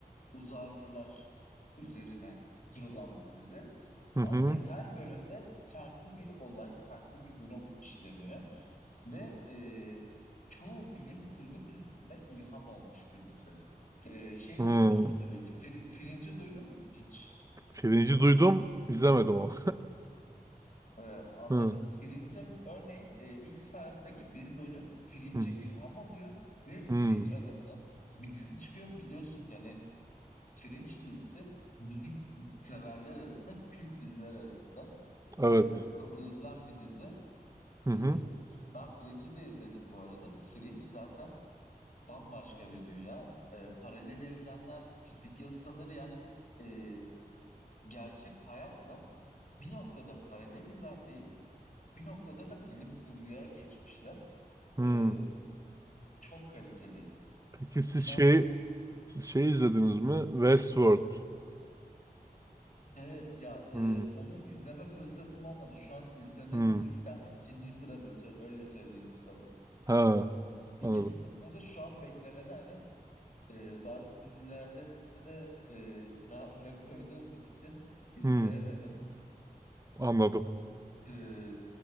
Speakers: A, on the left; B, on the right.
A: uzaylılar üzerine kurulan bir dizi.
B: hı.
A: Ancak
B: hı.
A: her bölümde farklı bir olay, farklı bir durum işleniyor. Ve e, çoğu bilim kurgu dizisinde ilham olmuş bir dizi. E, şey
B: Hı.
A: duymuşsundur belki. Fir- Fringe'i duydun mu hiç?
B: Pirinci duydum, izlemedim ama.
A: E, anladım.
B: <laughs> Hı
A: Fringe örneğin e, X-Files'taki bir bölüm Fringe'e
B: hı.
A: ilham oluyor ve
B: Hı.
A: Fringe adında bir dizi çıkıyor. Biliyorsun ki hani Fringe dizisi bilim severler arasında kült diziler arasında
B: Evet.
A: e, kabul edilen bir dizi.
B: Hı
A: E,
B: hı.
A: ben Fringe'i de izledim bu arada. Fringe zaten bambaşka bir dünya. Ee, paralel evrenler, fizik yasaları yani e, gerçek hayatla bir noktada paralel ilerleyip bir noktada da bilim kurguya geçmişler.
B: Hı.
A: Ee, çok kaliteli.
B: Peki siz
A: İnan
B: şey siz şey izlediniz mi? Westworld.
A: evet ya e,
B: Hı
A: onu izleme fırsatım olmadı. Şu an izleme
B: hı.
A: listemde ikinci sırada sö- öyle söyleyeyim sana.
B: Ha,
A: İkinci
B: anladım.
A: sırada şu an beklemede hani e, bazı dizilerde e, daha öne koyduğum için izleyemedim.
B: Hı, anladım.
A: E,